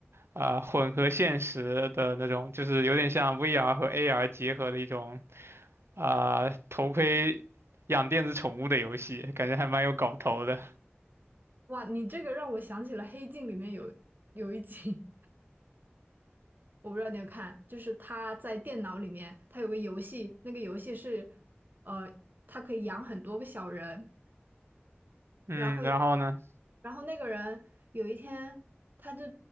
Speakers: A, on the right (about 75°); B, on the right (about 50°).
A: 啊、混合现实的那种，就是有点像 VR 和 AR 结合的一种啊、头盔养电子宠物的游戏，感觉还蛮有搞头的。
B: 哇，你这个让我想起了《黑镜》里面有有一集，<laughs> 我不知道你有看，就是他在电脑里面，他有个游戏，那个游戏是呃，他可以养很多个小人。
A: 嗯，
B: 然后有，
A: 然后呢？
B: 然后那个人有一天，他就